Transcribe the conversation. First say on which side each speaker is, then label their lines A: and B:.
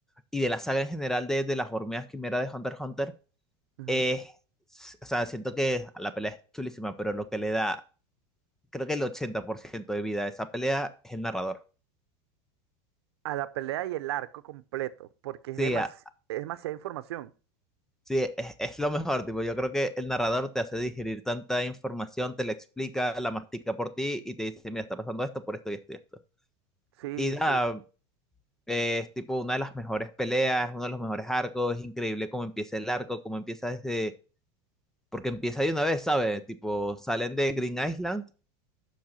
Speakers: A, in the centre; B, on the right.
A: y de la saga en general de, de las hormigas quimera de Hunter x Hunter
B: Ujú.
A: es. O sea, siento que la pelea es chulísima, pero lo que le da, creo que el 80% de vida a esa pelea es el narrador.
B: A la pelea y el arco completo, porque es
A: Sí,
B: demas-
A: a,
B: es demasiada información.
A: Sí, es, es lo mejor, tipo, yo creo que el narrador te hace digerir tanta información, te la explica, la mastica por ti y te dice, mira, está pasando esto por esto y esto y esto.
B: Sí,
A: Y nada,
B: sí.
A: eh, es tipo una de las mejores peleas, uno de los mejores arcos, es increíble cómo empieza el arco, cómo empieza desde, porque empieza de una vez, ¿sabes? Tipo, salen de Green Island,